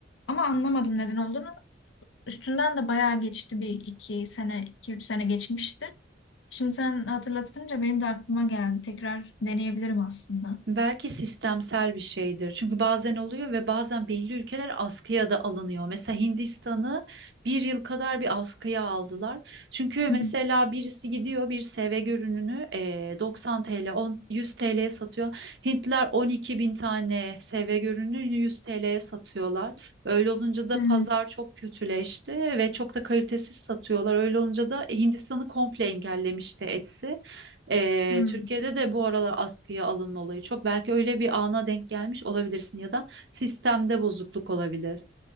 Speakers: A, on the left; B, on the right.
A: Ama anlamadım neden olduğunu. Üstünden de bayağı geçti bir iki sene, iki üç sene geçmişti. Şimdi sen hatırlatınca benim de aklıma geldi. Tekrar deneyebilirim aslında.
B: Belki sistemsel bir şeydir. Çünkü bazen oluyor ve bazen belli ülkeler askıya da alınıyor. Mesela Hindistan'ı bir yıl kadar bir askıya aldılar. Çünkü
A: Hı
B: mesela
A: hı.
B: birisi gidiyor bir sevgi ürününü eee, 90 TL, 10, 100 TL'ye satıyor. Hintliler 12 bin tane sevgi ürünü 100 TL'ye satıyorlar. Öyle olunca da
A: Hmm,
B: pazar çok kötüleşti ve çok da kalitesiz satıyorlar. Öyle olunca da Hindistan'ı komple engellemişti Etsy. Ee,
A: hmm.
B: Türkiye'de de bu aralar askıya alınma olayı çok. Belki öyle bir ana denk gelmiş olabilirsin ya da sistemde bozukluk olabilir